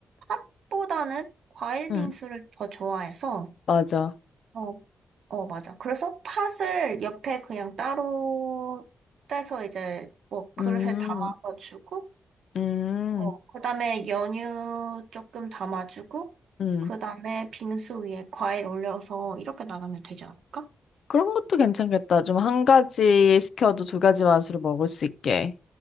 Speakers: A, on the right (about 70°); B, on the left (about 65°).
A: 팥보다는 과일
B: 응,
A: 빙수를 더 좋아해서,
B: 맞아.
A: 어, 어, 맞아. 그래서 팥을 옆에 그냥 따로 떼서 이제 뭐 그릇에
B: 음.
A: 담아서 주고,
B: 음,
A: 어, 그다음에 연유 조금 담아주고,
B: 음.
A: 그다음에 빙수 위에 과일 올려서 이렇게 나가면 되지 않을까?
B: 그런 것도 괜찮겠다. 좀 한 가지 시켜도 두 가지 맛으로 먹을 수 있게.